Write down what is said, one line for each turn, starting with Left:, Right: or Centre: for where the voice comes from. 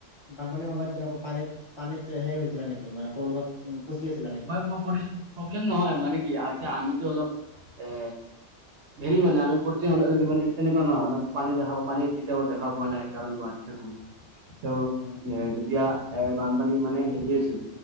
Left: বানপানীৰ সময়ত তেনেকুৱা পানীত, পানীত হেই হৈছিলে নেকি, মানে প্ৰব্লেমত উম, ফচি আছিলা নি
Right: মই, মই পৰিছোঁ প্ৰব্লেম নহয়, মানে কি আইটিয়া আমিতো অলপ, এ হেৰি মানে আমি ফূৰ্তি মানুহ <unintelligible> মানে তেনেকোৱা নহয় ন পানী দেখা পোৱ পানী কেতিয়াও দেখা পোৱা নাই, কাৰণ গুৱাহাটিত থাকো ত' এ,
Left: উম
Right: যেতিয়া এ, বানপানী মানে হেৰি হৈছিল,